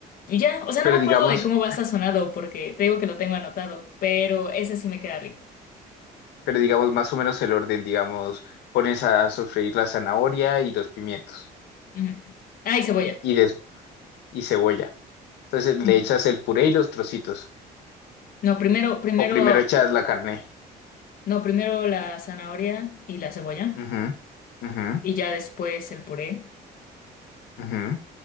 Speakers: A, on the left; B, on the left.
A: y ya, o sea,
B: Pero
A: no me acuerdo
B: digamos,
A: de cómo va sazonado porque te digo que lo tengo anotado, pero ese sí me queda rico.
B: pero digamos más o menos el orden, digamos, pones a sofreír la zanahoria y los pimientos
A: Ujú. Ah, y cebolla.
B: y, des- y cebolla. Entonces le
A: Ujú.
B: echas el puré y los trocitos.
A: No, primero, primero,
B: O primero echas la carne.
A: no, primero la zanahoria y la cebolla
B: Ujú, ujú,
A: y ya después el puré.
B: ujú.